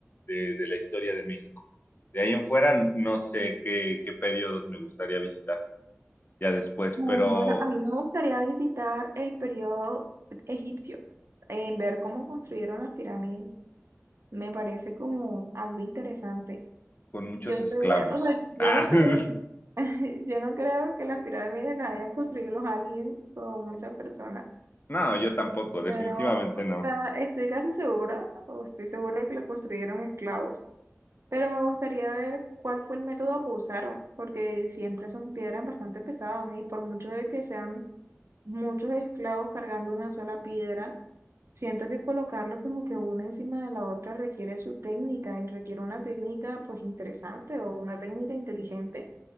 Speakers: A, on the left (about 40°); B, on the right (about 60°).
A: de- de la historia de México. De ahí en fuera, no sé qué, qué periodos me gustaría visitar ya después,
B: Bueno,
A: pero
B: a mí me gustaría visitar el periodo egipcio, en ver cómo construyeron las pirámides. Me parece como algo interesante.
A: con muchos
B: Yo
A: esclavos.
B: sé, o sea, yo
A: <laughs>
B: no creo, <laughs> yo no creo que las pirámides las hayan construido los aliens o muchas personas,
A: Ah, no, yo tampoco, definitivamente
B: pero o
A: no.
B: sea, estoy casi segura, o estoy segura de que las construyeron esclavos. Pero me gustaría ver cuál fue el método que usaron, porque siempre son piedras bastante pesadas y por mucho de que sean muchos esclavos cargando una sola piedra, siento que colocarlo como que una encima de la otra requiere su técnica y requiere una técnica pues interesante o una técnica inteligente